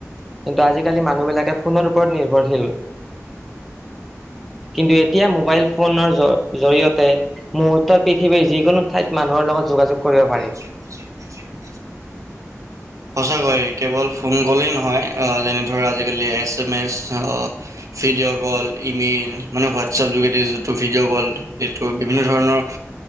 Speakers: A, in the centre; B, on the right.
A: কিন্তু আজিকালি মানুহবিলাকে ফোনৰ ওপৰত নিৰ্ভৰশীল। কিন্তু, এতিয়া মোবাইল ফোনৰ জ জৰিয়তে মুহূৰ্ত পৃথিৱীৰ যিকোনো ঠাইত মান মানুহ লগত যোগাযোগ কৰিব পাৰি।
B: <unintelligible> সঁচাকৈ। কেৱল ফোন কলেই নহয় যেনে ধৰ আজিকালি এছ এম অ, ভিডিঅ' কল, ইমেইল মানে, হোৱাটছএপ যোগেদি যোনটো ভিডিঅ' কল সেইটো বিভিন্ন ধৰণৰ